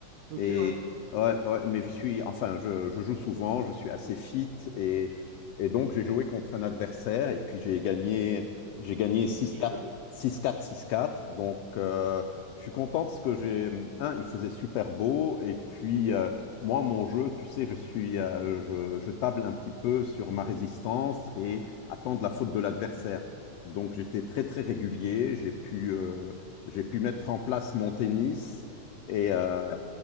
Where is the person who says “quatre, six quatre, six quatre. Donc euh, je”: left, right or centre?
Left